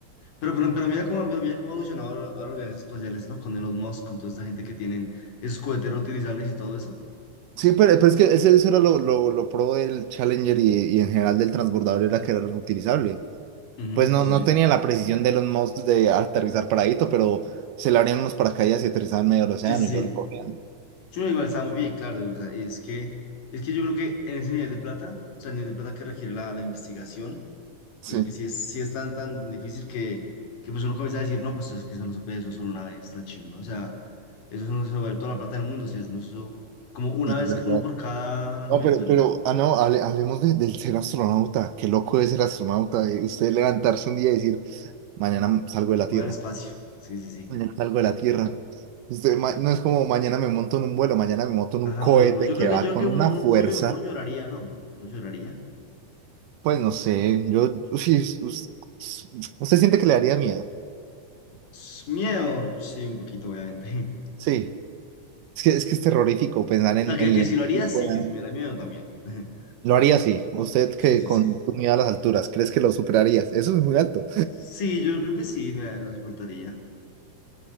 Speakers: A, on the left (about 55°); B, on the right (about 75°).
A: Pero, pero, pero mira cómo, pero mira cómo ha evolucionado ahora ahora los viajes espaciales, ¿no? Con Elon Musk, con toda esta gente que tienen esos cohetes reutilizables y todo eso.
B: Sí, pero, pero es que ese, eso era lo, lo, lo pro del Challenger y, y en general del transbordador era que era reutilizable.
A: Ujú,
B: Pues no,
A: sí,
B: no
A: sí,
B: tenía
A: sí.
B: la precisión de Elon Musk de aterrizar paradito, pero se le abrían unos paracaídas y aterrizaban en medio del océano
A: Sí, sí,
B: y
A: sí.
B: lo recogían.
A: Sí, no, igual está muy bien, claro. o sea, es que, es que yo creo que en ese nivel de plata, o sea, el nivel de plata que requiere la, la investigación,
B: Sí,
A: yo creo que sí es, sí es tan, tan difícil que, que pues uno comienza a decir, no, pues es que eso no se puede, eso solo una vez, la chimba. O sea, eso no se vale toda la plata del mundo, si hacemos eso como una
B: es
A: vez,
B: verdad.
A: uno por cada lanzamiento,
B: No, pero,
A: no,
B: pero, ah, no, hable- hablemos de- del ser astronauta. Qué loco es ser astronauta. de Usted levantarse un día y decir, mañana salgo de la
A: voy
B: Tierra.
A: al espacio. Sí, sí, sí.
B: Mañana salgo de la Tierra. Usted, ma- no es como mañana me monto en un vuelo, mañana me monto en
A: Ajá,
B: un cohete
A: muy bueno, yo
B: que
A: creo que,
B: va
A: yo creo
B: con
A: que uno,
B: una
A: uno,
B: fuerza.
A: uno, llo- uno lloraría, ¿no? Uno lloraría.
B: Pues no sé, yo, sí, us- us- usted siente que le daría miedo.
A: S- Miedo, sí, un poquito, obviamente. <laughs>
B: Sí. Es que, es que es terrorífico pensar en,
A: O sea, que,
B: en
A: que
B: el
A: si lo haría,
B: tipo
A: sí,
B: de...
A: que si me da miedo también. <laughs>
B: Lo haría así. Usted que
A: Sí, sí,
B: con
A: sí.
B: tu miedo a las alturas, ¿crees que lo superarías? Eso es muy alto.
A: Sí, yo creo que sí, me lo soportaría.